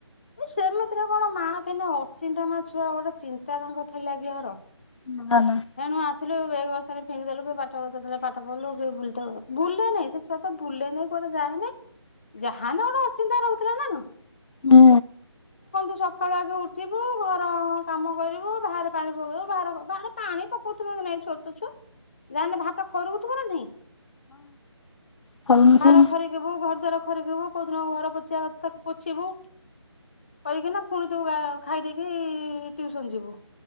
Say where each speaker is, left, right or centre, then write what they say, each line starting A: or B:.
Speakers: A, on the left; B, on the left.
A: ଏ ସେମିତିରେ କଣ ମା ଥେନେ ଅଚିନ୍ତାନା ଛୁଆ ଗୋଟେ ଚିନ୍ତା ତାଙ୍କର ଥିଲାକି କାହାର।
B: <inaudible>
A: ଏଣୁ ଆସିଲୁ ବେଗ୍ ବସ୍ତାନି ଫିଙ୍ଗିଦେଲୁ କି ପାଠ <unintelligible> କି ବୁିଲ୍ ତ, ବୁଲା ନାଇଁ ସେ ଛୁଆ ତ ବୁଲେ ନେଇଁ କୁଆଡେ ଯାଏନେଇଁ ଯାହେନେ ଗୋଟେ ଅଚିନ୍ତା ରହୁଥିଲା ନା।
B: ହୁଁ
A: <inaudible> ସଖାଳୁ ଆଗେ ଉଠିବୁ ଘର କାମ କରିବୁ ବାହାରେ ପାଣି ପକେଇବୁ ବାହାର-ବାହାର ପାଣି ପକଉଥିବ କି ନାଇଁ ଛୋଟ ଛୁଆ, ଯାହାନେ ବାହାରଟା ଖରକୁଥିବ ନା ନାହିଁ।
B: ହଁ
A: ବାହର
B: ହଉ
A: ଖରି <unintelligible> ଘର ଦ୍ୱାର ଖରିକିବୁ କୋଉ ଦିନ ଘର ପୋଛିବା କଥା ତାକୁ ପୋଛିବୁ କରିକିନା ଫୁଣି ତୁ ଖାଇଦେଇକି ଟ୍ୟୁସନ୍ ଯିବୁ।